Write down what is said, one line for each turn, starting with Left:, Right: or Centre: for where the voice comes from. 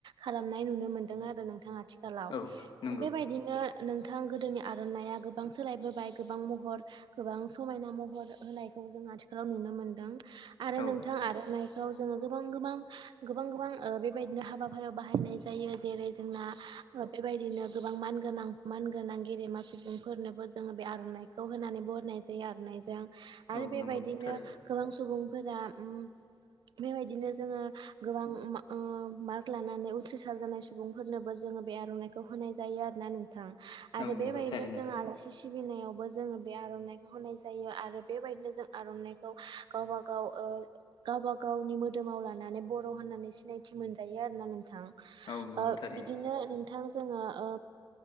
Right: खालामनाय नुनो मोन्दों आरो नोंथाङा। आथिखालाव
Left: औ नंगौ
Right: बेबायदिनो नोंथां गोदोनि आर'नायइया गोबां सोलायबोबाय गोबां महर गोबां समायना महर होनाय जों आथिखालाव नुनो मोनदों
Left: औ
Right: आरो
Left: औ
Right: नोंथां आर'नाइखौ जोङो गोबां गोबां गोबां गोबां बेबायदिनो हाबा बाहायनाय जायो जेरै जोंना ओ बे बेबायदिनो गोबां मानगोनां मानगोनां गेदेमा सुबुंफोरनोबो जोङो बे आर'नाइखौ होनानै बरनाय जा जायो आरोनाइजों
Left: औ
Right: बेबायदिनो
Left: नंगौ थारैनो
Right: गोबां सु सुबुंफोरा ओम बेबायदिनो जोङो गोबां ओम मार्क लानानै उथ्रिसार जानाय सुबुंफोरनोबो जोङो बे आर'नाइखौ होनाय जायो आरोना नों थां आरो
Left: औ नंगौ
Right: बेबायदिनो
Left: थारैनो
Right: जों आलासि सिबिनायावबो जोङो बे आर'नाइखौ होनाय जायो आरो बेबायदिनो जों आर'नाइखौ गावबा गाव ओ गावबा गावनि मोदोमाव लानानै बर' होननानै सिनायथि मोनजायो आरोना नोंथां।
Left: औ नंगौ
Right: ओ
Left: थारैनो
Right: बिदिनो नोंथां जोङो ओ